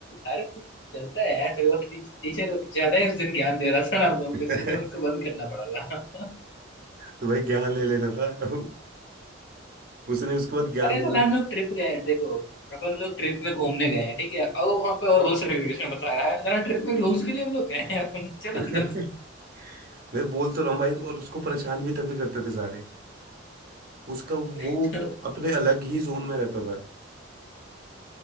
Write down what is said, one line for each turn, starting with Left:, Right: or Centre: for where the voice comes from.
Left: अरे तो चलता है यार थोड़ा टीचर ज्यादा ही उस दिन ज्ञान दे रहा था ना हम लोग
Right: <laughs>
Left: को, इसलिए थोड़ा उसको बंद करना पड़ा था <laughs>
Right: तो भाई ज्ञान ले लेना था <laughs> उसने उसके बाद ज्ञान
Left: अरे
Right: देना
Left: तो
Right: था।
Left: हम लोग ट्रिप गए देखो अपन लोग ट्रिप में घूमने गए हैं ठीक है और वहां पे और रूल्स रेगुलेशन बता रहा है सारा ट्रिप में रूल्स के लिए हम लोग गए हैं <laughs> अपन
Right: <laughs>
Left: चल अंदर तो
Right: मैं बोल तो रहा हूँ भाई और उसको परेशान भी तभी करते थे सारे उसका
Left: <laughs>
Right: वो
Left: तो
Right: अपने अलग ही जोन में रहता था